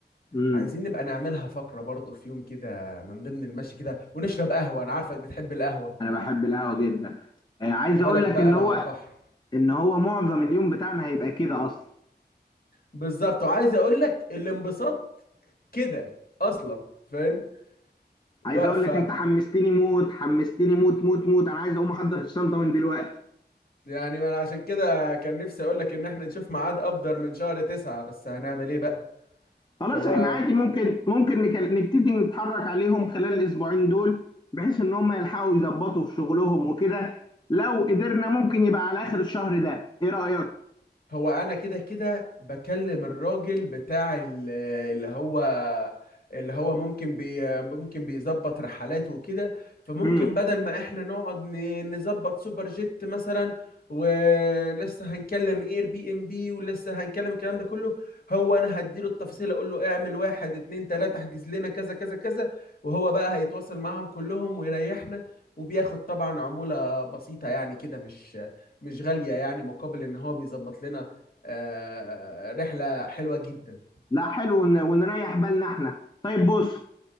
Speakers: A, on the left; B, on the left.
A: امم
B: عايزين نبقى نعملها فقره برضو في يوم كده من ضمن المشي كده ونشرب قهوه انا عارفك بتحب القهوه
A: انا بحب القهوه جدا آه، عايز
B: ما بالك
A: اقول لك
B: بقى
A: ان
B: لو
A: هو
B: على البحر
A: ان هو معظم اليوم بتاعنا هيبقى كده اصلا
B: بالظبط وعايز اقول لك الانبساط كده اصلا فاهم واقفه
A: عايز اقول لك انت حمستني موت حمستني موت موت موت انا عايز اقوم احضر الشنطه من دلوقتي
B: يعني ما انا عشان كده كان نفسي اقول لك ان احنا نشوف ميعاد ابدر من شهر تسعة بس هنعمل ايه بقى
A: خلاص
B: هو
A: احنا عادي ممكن ممكن نك- نبتدي نتحرك عليهم خلال الاسبوعين دول بحيث ان هم يلحقوا يظبطوا في شغلهم وكده لو قدرنا ممكن يبقى على اخر الشهر ده ايه رايك
B: هو انا كده كده بكلم الراجل بتاع ال- اللي هو اللي هو ممكن بي ممكن بيظبط رحلات وكده فممكن
A: امم
B: بدل ما احنا نقعد ن- نظبط سوبر جيت مثلا ولسه هنكلم اير بي ام بي ولسه هنكلم الكلام ده كله هو انا هديله التفاصيل اقول له اعمل واحد اتنين تلاتة احجز لنا كذا كذا كذا وهو بقى هيتواصل معهم كلهم ويريحنا وبياخد طبعا عمولة بسيطة يعني كده مش مش غالية يعني مقابل ان هو بيظبط لنا آه، رحلة حلوة جدا
A: لا حلو ون- ونريح بالنا احنا طيب بص